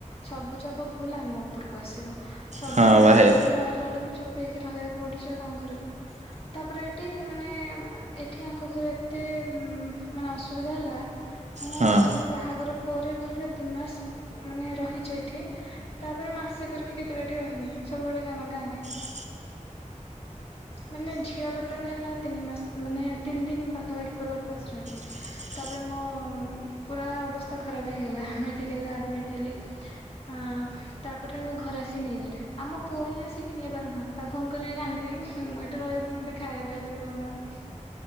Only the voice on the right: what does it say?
ହଁ ବା
ହେ
ହଁ
ହ
ହଁ